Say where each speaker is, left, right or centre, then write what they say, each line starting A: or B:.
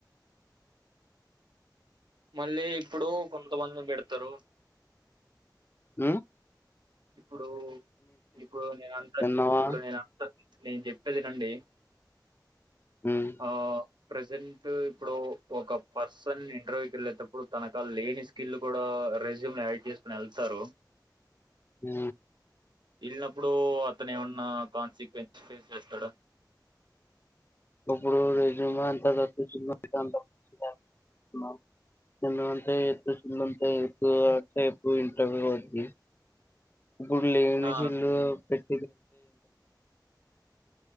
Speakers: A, on the right; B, on the left.
A: మళ్ళీ ఇప్పుడు కొంతమందిని పెడతారు
B: ఉ
A: ఇప్పుడు ఇప్పుడు నేను అంటాది
B: తిన్నావా
A: ఇప్పుడు నేను అంటాను నేను చెప్పేదినండి.
B: ఉమ్
A: ఆ ప్రజెంట్ ఇప్పుడు ఒక పర్సన్ ఇంటర్వ్యూకి వెళ్ళేటప్పుడు తనకాడ లేని స్కిల్ కూడా రెజ్యూమ్ లో యాడ్ చేసుకుని వెళ్తారు.
B: ఉ
A: వెళ్ళినప్పుడు అతను ఏమన్నా కాన్సిక్వెన్స్ ఫేస్ చేస్తాడు
B: ఇప్పుడు రెజ్యూమ్ లో అంత తప్పించుకున్న చిన్న అ <unintelligible> <unintelligible> రేపు ఇంటర్వ్యూ ఉంది. ఇప్పుడు లేని
A: ఆ!
B: చెల్లు పెట్